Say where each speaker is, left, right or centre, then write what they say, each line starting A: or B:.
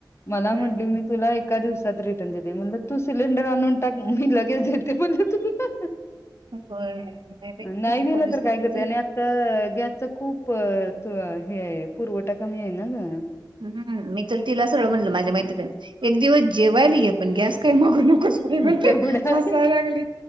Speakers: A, on the left; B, on the right.
A: मला म्हटली
B: हम्म.
A: मी तुला एका दिव रात्री रिटर्न देते. म्हणून तू सिलेंडर आणून टाक मी लगेज देते म्हणले तुला.
B: होय नाही बाई
A: नाही
B: तसं
A: दिलं
B: परिस्थिती
A: तर काय करते,
B: झाली
A: आणि आता गॅसच खूप हे पुरवठा कमी आहे ना गं.
B: हम्म मी तर तिला सरळ म्हणलं माझ्या एक दिवस जेवायला ये, पण गॅस काय मागू नकोस बाई म्हणलं
A: तेवढं
B: हसायला लागली